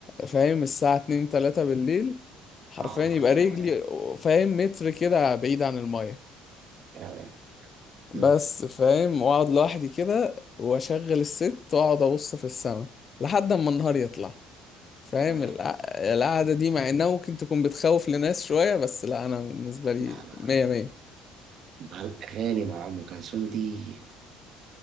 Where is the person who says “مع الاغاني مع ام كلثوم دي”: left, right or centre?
Right